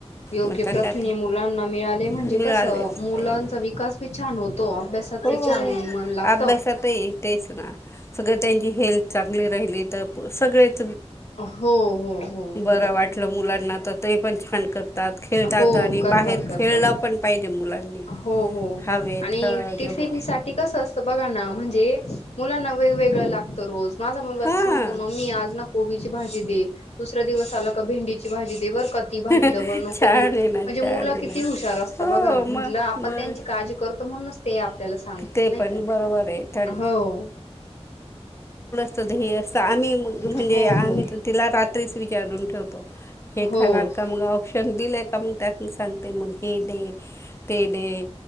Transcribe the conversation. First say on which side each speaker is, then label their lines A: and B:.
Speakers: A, on the left; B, on the left.
A: योग्य
B: मग त्यांना
A: प्रथिने मुलांना मिळाले म्हणजे
B: मिळालंच
A: कसं मुलांचा
B: पाहिजे
A: विकास बी छान होतो अभ्यासात
B: हो
A: पी छान मन लागत.
B: अभ्यासातही तेच ना सगळं त्यांची हेल्थ चांगली राहिली तर सगळेच..
A: हो हो हो...
B: बर वाटल मुलांना.... तर ते.... पण छान करतात खेळतात
A: हो
B: आणि
A: करतात
B: बाहेर
A: करतात
B: खेळलं पण पाहिजे मुलांनी
A: हो हो
B: हवेत
A: आणि
B: ह
A: टिफिन
B: जेवढं
A: सा कसं असत बघा ना म्हणजे... मुलांना वेगवेगळं लागतं रोज माझा मुलगा आता
B: हां
A: सांगतो मम्मी आज ना कोबीची भाजी दे... दुसऱ्या दिवस आला का भंडीची भाजी दे बर का ती भाजी...
B: छान
A: डबल नको देऊ
B: आहे
A: म्हणजे
B: ना छान
A: मुलं
B: आहे
A: किती
B: ना
A: हुशार असतात
B: हो
A: बघा ना म्हटलं
B: मग
A: आपण
B: मग
A: त्यांची काळजी करतो म्हणून ते आपल्याला सांगतात
B: ते
A: नाही
B: पण
A: का
B: बरोबर आहे तर
A: हो..
B: दुध हे अस... आम्ही म्हणजे
A: हो हो
B: आम्ही तिला.... काढून ठेवतो... हे
A: हो
B: खाणार का म ऑपश... दिलीय आहे का मग त्यात सांगते मग हे दे ते दे...